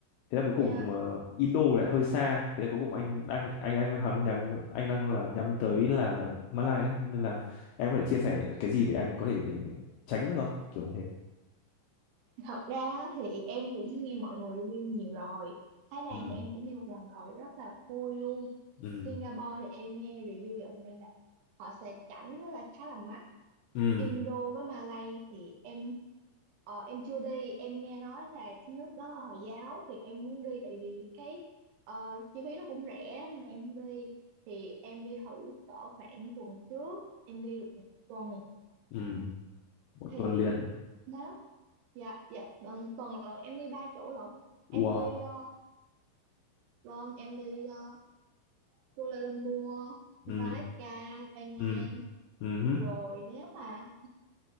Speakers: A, on the left (about 80°); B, on the right (about 75°).
A: thế là cuối cùng
B: dạ.
A: ờ, Indo lại hơi xa thế là cuối cùng anh đang anh anh hắn nhắm anh đang là nhắm tới là Malai đấy nên là em có thể chia sẻ cái gì để anh có thể tránh được không kiểu như thế
B: thật ra á, thì em cũng nghe mọi người review nhiều rồi Thái Lan
A: ừ
B: thì em cũng đi một lần rồi rất là vui luôn
A: ừ
B: Singapore thì em nghe review dạo này là họ sẽ chảnh với lại khá là mắc
A: ừ
B: Indo với Malay thì em ờ, em chưa đi em nghe nói là cái nước đó là Hồi giáo thì em muốn đi tại vì cái ờ, chi phí nó cũng rẻ nên là em muốn đi thì em đi thử cỡ khoảng tuần trước em đi được một tuần
A: ừ một
B: thì
A: tuần liền
B: nếu dạ dạ tuần tuần lần em đi ba chỗ lận
A: wow
B: em đi ờ, vâng em đi ờ, Kuala Lumpur
A: ừ
B: Malacca Penang
A: ừ ừ hứ.
B: rồi nếu mà